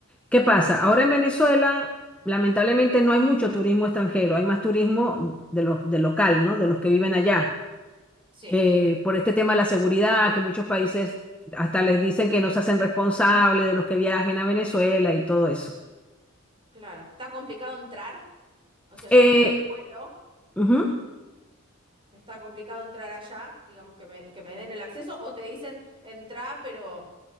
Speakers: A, in the centre; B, on the right.
A: ¿qué pasa? Ahora en Venezuela, lamentablemente
B: Sí,
A: no hay mucho turismo extranjero, hay más turismo de los, de local, ¿no? De los que viven allá.
B: sí,
A: Eh, por este tema de la seguridad, que muchos países hasta les dicen que no se hacen responsables de los que viajen a Venezuela y todo eso.
B: claro. Está complicado entrar, o sea, yo
A: Eh,
B: me tomo el vuelo,
A: ujú.
B: está complicado entrar allá, digamos que me, que me den el acceso, o te dicen, entra, pero